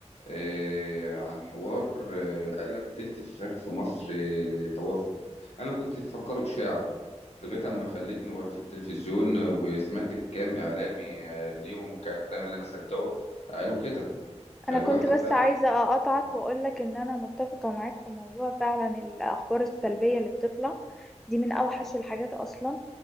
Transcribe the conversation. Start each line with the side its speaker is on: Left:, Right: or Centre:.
Left: آه عن حوار آه قال لك تلت فراخ في مصر آه توفى انا كنت مفكره اشاعة لغايه
Centre: آه،
Left: اما خلتني ورا في التلفزيون آه، وسمعت كام اعلامي آه، ليهم كلام اللي انا صدقه قالوا كده فالواحد
Centre: انا كنت بس
Left: بقى
Centre: عايزة اقطعك
Left: مم.
Centre: واقولك ان انا متفقة معاك في موضوع فعلا الاخبار السلبية اللي بتطلع دي من اوحش الحاجات اصلا